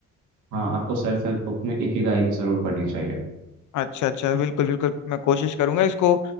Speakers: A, on the right (about 80°); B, on the left (about 75°).
A: हाँ आपको सेल्फ हेल्प बुक में इकिगाई ज़रूर पढ़नी चाहिए
B: अच्छा अच्छा बिल्कुल बिल्कुल मैं कोशिश करूंगा इसको